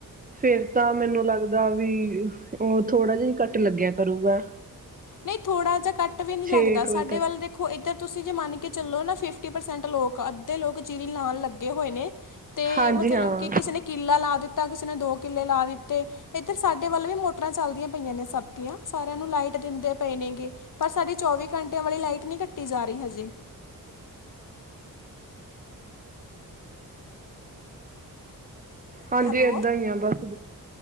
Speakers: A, on the right; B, on the left.
A: ਫੇਰ ਤਾਂ ਮੈਨੂੰ ਲੱਗਦਾ ਵੀ ਉਹ ਥੋੜਾ ਜਿ ਕਟ ਲੱਗਿਆ ਕਰੂਗਾ
B: ਨਹੀਂ ਥੋੜਾ ਜਿਹਾ ਕੱਟ ਵੀ ਨੀ
A: ਛੇ
B: ਲੱਗਦਾ
A: ਕੁ
B: ਸਾਡੇ
A: ਵਜੇ ਤੱਕ
B: ਵੱਲ ਦੇਖੋ ਇੱਧਰ ਤੁਸੀਂ ਜੇ ਮੰਨ ਕੇ ਚਲੋ ਨਾ ਫਿਫਟੀ ਪਰਸੈਂਟ ਲੋਕ ਅੱਧੇ ਲੋਕ ਜੀਰੀ ਲਾਣ ਲੱਗੇ ਹੋਏ ਨੇ। ਤੇ
A: ਹਾਂਜੀ
B: ਮਤਲਬ
A: ਹਾਂ,
B: ਕਿ ਕਿਸੇ ਨੇ ਕਿੱਲਾ ਲਾ ਦਿੱਤਾ ਕਿਸੇ ਨੇ ਦੋ ਕਿੱਲੇ ਲਾ ਦਿੱਤੇ ਇੱਧਰ ਸਾਡੇ ਵੱਲ ਵੀ ਮੋਟਰਾਂ ਚੱਲਦੀਆਂ ਪਈਆਂ ਨੇ ਸਭ ਦੀਆਂ ਸਾਰਿਆਂ ਨੂੰ ਲਾਈਟ ਦਿੰਦੇ ਪਏ ਨੇਗੇ ਪਰ ਸਾਡੇ ਚੌਵੀ ਘੰਟਿਆਂ ਵਾਲੀ ਲਾਈਟ ਨਹੀਂ ਕੱਟੀ ਜਾ ਰਹੀ ਹਜੇ
A: ਹਾਂਜੀ
B: ਹੈਲੋ
A: ਏਦਾਂ ਹੀ ਆ ਬਸ